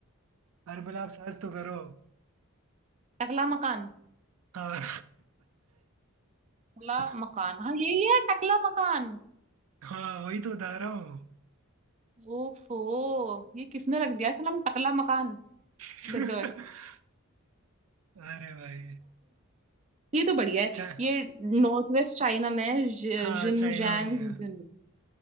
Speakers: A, on the right (about 80°); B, on the right (about 35°).
A: अरे पहले आप सर्च तो करो
B: टकला मकान
A: हाँ
B: टकला
A: <laughs>
B: मकान हाँ यही है टकला मकान
A: हाँ वही तो बता रहा हूँ
B: ओफो ये किसने रख दिया इसका नाम टकला मकान
A: <laughs>
B: डेजर्ट
A: अरे भाई
B: ये तो बढ़िया है
A: चा,
B: ये नॉर्थ वेस्ट चाइना में है, जि-
A: हाँ
B: जिनजियांग
A: चाइना में ही है
B: रीजन में